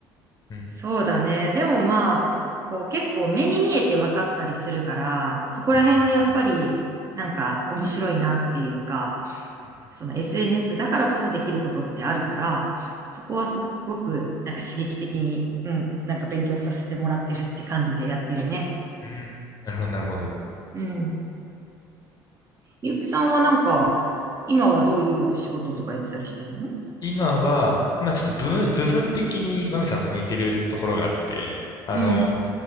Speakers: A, on the left (about 40°); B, on the right (about 30°).
A: うん、
B: そうだね。でもまあ、こう結構目に見えて分かったりするから、そこら辺はやっぱりなんか面白いなっていうか、
A: うん、うん、うん。う
B: その SNS だからこそできることってあるから、そこはすごくなんか刺激的に、うん、なんか勉強させてもらってるって感じでやってるね。
A: ん、うんなるほどなるほど。
B: うん。ゆうきさんはなんか、今はどういう仕事とかやってたりしてんの
A: 今は、まあちょっと部分、部分的にマミさんと似てるところがあって、あの、
B: うん、